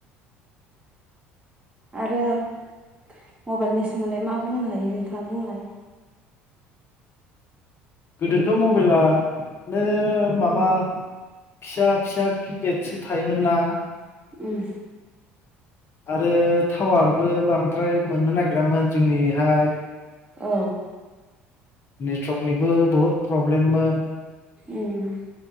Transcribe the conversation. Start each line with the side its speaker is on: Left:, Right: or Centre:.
Right: आरो मबाइलनि सोमोन्दै मा बुंनो हायो नोंथाङा बुंलाय?
Left: गोदोथ' मबाइला। ननो माबा
Right: उम
Left: फिसा फिसा। किपेडसो थायोमोन ना
Right: उम
Left: आरो टावारबो बांद्राय मोननो नागिरामोन जोंनिहाय
Right: औ
Left: नेटवर्कनिबो बहुद प्रब्लेममोन
Right: उम